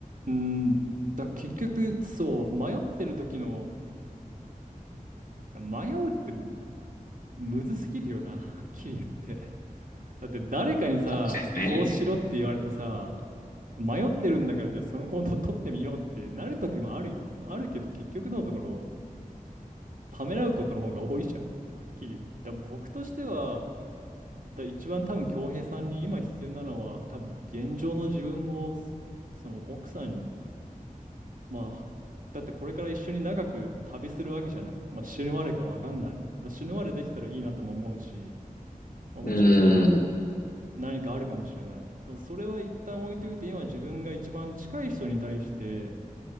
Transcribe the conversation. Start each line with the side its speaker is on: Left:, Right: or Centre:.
Right: うーん、だ結局、そう、迷ってる時の、迷うってむずすぎるよな、はっきり言って。だって誰かにさ、
Left: そうですね。
Right: こうしろって言われてさ、迷ってるんだからじゃあその行動を取ってみようってなる時もあるよ。あるけど結局のところ、ためらうことの方が多いじゃん。はっきり言って。だ僕としては、だ一番多分恭平さんに今必要なのは、多分現状の自分を、その奥さんまあ、だってこれから一緒に長く旅するわけじゃない。まあ、死ぬまでかわかんない。まあ、死ぬまでできたらいいなとも思うし、まあ、
Left: う
Right: もしかしたら
Left: ん、
Right: 何かあるかもしれない。でもそれは一旦置いといて、今自分が一番近い人に対して、